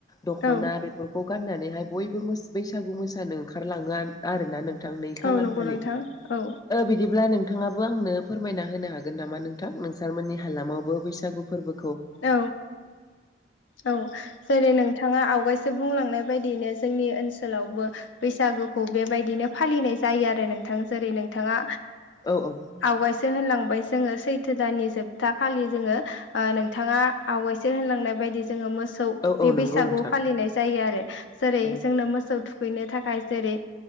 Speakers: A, on the left; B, on the left.
A: दख'ना
B: औ
A: बेफोरखौ गाननानैहाय बयबो बैसागु मोसानो ओंखारलांङो आरोना। नों थां नै खालार
B: औ नंगौ
A: खालि
B: नोंथां औ
A: बिदिब्ला नों थांङाबो आंनो फोरमायना होनो हागोन नामा नोंथां नोंसारमोननि हालामावबो बैसागु फोरबो
B: औ औ जेरै नोंथांङा आवगायसो बुंलांनाय बायदियैनो जोंनि ओनसोलावबो बैसागुखौ बेबायदिनो फालिनाय जायो आरो नोंथां। जेरै नोंथांङा
A: औ औ
B: आवगायसो होनलांबाय जोङो सैथो दाननि जोबथा खालि जोङो नोंथांङा आवायसो होनलांनाय बायदि जोंङो मोसौ मोसौनि
A: औ औ
B: बैसागु
A: नंगौ नोंथां
B: फालिनाय जायो आरो जेरै
A: औ
B: जोंनो मोसौ थुखैनो थाखाय जेरै